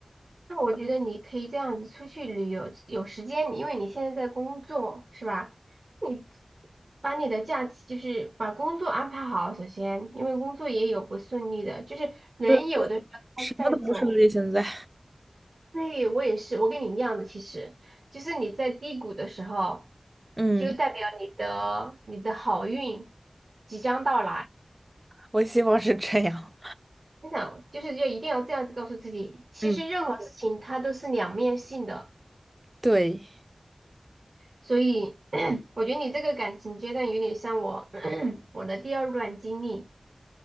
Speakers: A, on the right; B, on the right.
A: 那我觉得你可以这样子出去旅游，有时间你因为你现在在工作，是吧？你把你的假期就是把工作安排好，首先，因为工作也有不顺利的，就是人有的时候他在走，
B: <laughs> 对，什么都不是了，现在，
A: 对，我也是，我跟你一样的，其实就是你在低谷的时候，
B: 嗯，
A: 就代表你的你的好运即将到来。
B: 我希望是这样，
A: 真的，就是要一定要这样子告诉自己，其实任何事情它都是两面性的。
B: 嗯，对，
A: 所以 <clears throat> 我觉得你这个感情阶段有点像我 <clears throat> 我的第二段经历。